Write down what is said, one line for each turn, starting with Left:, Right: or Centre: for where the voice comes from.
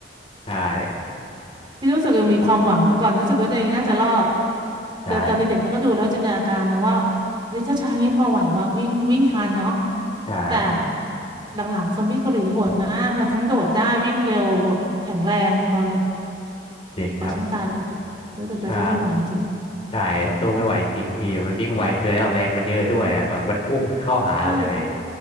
Left: ใช่
Right: พี่รู้สึกยังมีความหวังแต่ก่อนรู้สึกว่าตัวเองน่าจะรอด
Left: ใช่
Right: แต่ตอนเด็กๆเราก็ดูแล้วจินตนาการนะว่าเฮ้ยถ้าช้าอย่างนี้พอไหวว่าวิ่งวิ่งทันเนาะ
Left: ใช่
Right: แต่หลังๆซอมบี้เกาหลีโหดมากพอทั้งโดดได้วิ่งเร็วแบบแข็งแรงพอเลย
Left: จริงครับ
Right: ปล่อยฉันตายไปเถอะรู้สึกจะสู้ไม่ไหวจริง
Left: ใช่ใช่สู้ไม่ไหวจริงพี่มันวิ่งไวเกินแล้วแรงมันเยอะด้วยอะแบบมันพุ่งเข้าหาเราเลย
Right: ๆใช่